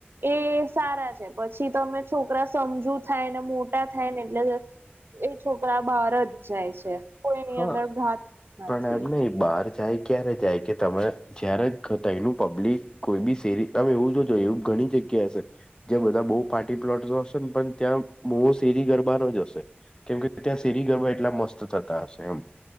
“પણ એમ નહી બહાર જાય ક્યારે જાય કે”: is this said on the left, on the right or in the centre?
Left